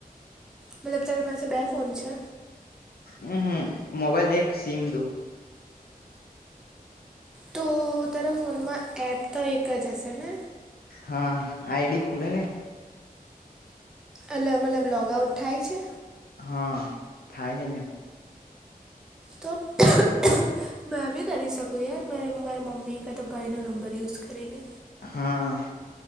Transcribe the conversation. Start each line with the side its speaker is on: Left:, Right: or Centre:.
Centre: મતલબ તારી પાસે બે ફોન છે.
Left: હમ, હમ, મોબાઈલ એક સીમ દું.
Centre: તો તારા ફોનમાં એપ તો એક જ હશે ને?
Left: હા, આઈડી ખુલે ને.
Centre: અલગ અલગ લોકઆઉટ થાય છે.
Left: હા, થાય છે ને.
Centre: તો <unintelligible> મેં બી કરી શકું યાર, મા મારા મમ્મી કાં તો ભાઈ નો નંબર યુઝ કરીને.
Left: હા.